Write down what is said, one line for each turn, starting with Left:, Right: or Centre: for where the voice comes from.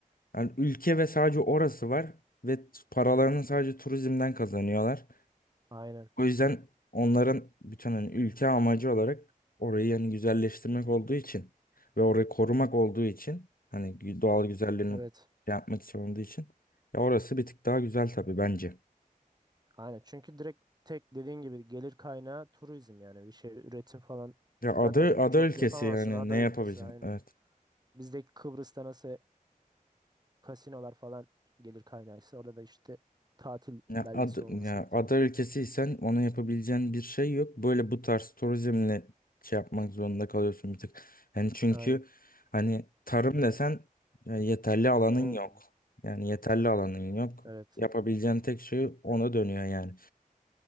Left: yani ülke ve sadece orası var ve t- paralarını sadece turizmden kazanıyorlar.
Right: Aynen.
Left: O yüzden onların bütün hani ülke amacı olarak orayı yani güzelleştirmek olduğu için ve orayı korumak olduğu için hani gü- doğal güzelliğini
Right: Evet.
Left: şey yapmak için olduğu için ya orası bir tık daha güzel tabii bence.
Right: Aynen. Çünkü direkt tek dediğin gibi gelir kaynağı turizm yani bir şey üretim falan
Left: Ya ada,
Right: zaten
Left: ada
Right: çok
Left: ülkesi
Right: yapamazsın
Left: yani
Right: ada
Left: ne
Right: ülkesi
Left: yapabileceksin?
Right: aynı.
Left: Evet.
Right: Bizdeki Kıbrıs'ta nasıl kasinolar falan gelir kaynağıysa orada da işte tatil
Left: Ya
Right: beldesi
Left: ada,
Right: olması
Left: ya ada
Right: lazım.
Left: ülkesiysen ona yapabileceğin bir şey yok. Böyle bu tarz turizmle şey yapmak zorunda kalıyorsun bir tık. Yani çünkü
Right: Aynen.
Left: hani tarım desen ya yeterli alanın
Right: Olmuyor.
Left: yok. Yani yeterli alanın yok.
Right: Evet.
Left: Yapabileceğin tek şey ona dönüyor yani.